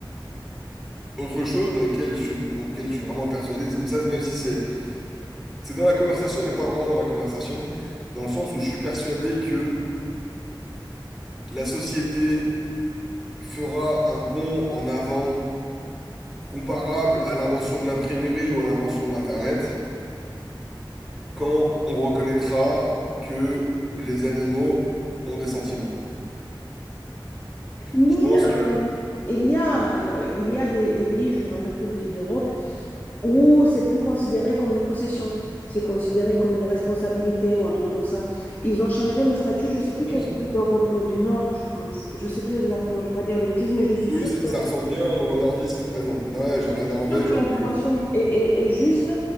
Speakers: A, in the centre; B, on the left (about 25°).
A: autre chose auquel je suis, auquel je suis vraiment persuadé, même ça, même si c'est c'est dans la conversation, mais pas vraiment dans la conversation, dans le sens où je suis persuadé que la société fera un bond en avant comparable à l'invention de l'imprimerie ou à l'invention de l'Internet quand on reconnaîtra que les animaux ont des sentiments.
B: Mais
A: Je pense
B: euh,
A: que...
B: il y a, euh, il y a des, des pays, je me rappelle plus, pays d'Europe, Ou c'est plus considéré comme une procession, c'est considéré comme une responsabilité ou un truc comme ça. Ils ont changé le statut, je ne sais
A: C'est
B: plus
A: bien
B: quel
A: ça.
B: pays d'Europe euh, du Nord, je pense. Je ne sais plus exactement, je ne veux pas dire des bêtises, mais je suis
A: Oui,
B: sûre
A: ça,
B: que,
A: ça ressemble bien aux nordistes, t'as raison. Ouais, genre la Norvège
B: je suis sûre que
A: ou
B: l'information
A: un pays comme ça.
B: est, est- est juste.